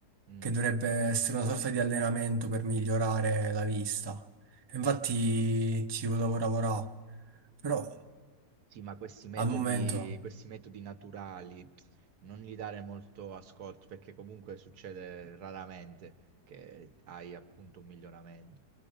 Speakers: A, on the right; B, on the right.
A: Mm.
B: che dovrebbe essere una sorta di allenamento per migliorare la vista. E Infatti ci volevo lavorare, però
A: Sì, ma questi metodi,
B: al momento
A: questi metodi naturali non gli dare molto ascolto perché comunque succede raramente che hai appunto un miglioramento.